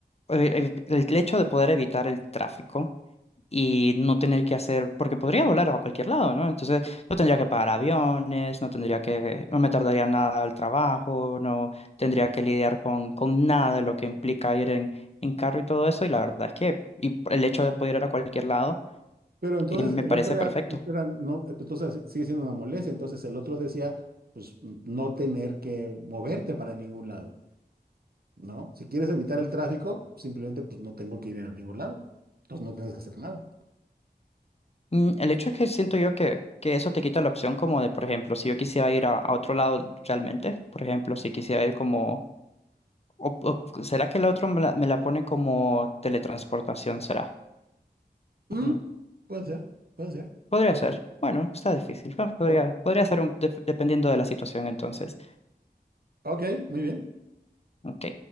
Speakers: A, on the left (about 35°); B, on the right (about 60°).
A: eh, eh, el hecho de poder evitar el tráfico y no tener que hacer, porque podría volar a cualquier lado, ¿no? Entonces no tendría que pagar aviones, no tendría que, no me tardaría nada al trabajo, no tendría que lidiar con, con nada de lo que implica ir en, en carro y todo eso. Y la verdad es que y el hecho de poder ir a cualquier lado,
B: Pero entonces
A: eh, me
B: el
A: parece
B: otro era,
A: perfecto.
B: era no, pues, entonces si, sigue siendo una molestia. Entonces el otro decía, pues n- no tener que moverte para ningún lado, ¿no? Si quieres evitar el tráfico, simplemente pues no tengo que ir a ningún lado. Entonces no tienes que hacer nada.
A: Mm, El hecho es que siento yo que, que eso te quita la opción como de, por ejemplo, si yo quisiera ir a, a otro lado realmente, por ejemplo, si quisiera ir como, o- o, ¿será que el otro me la, me la pone como teletransportación? ¿Será?
B: Mm,
A: Mm,
B: puede ser, puede ser.
A: podría ser. Bueno, está difícil. Bueno, podría,
B: O-
A: podría ser un- def- dependiendo de la situación entonces.
B: ok, muy bien.
A: Ok.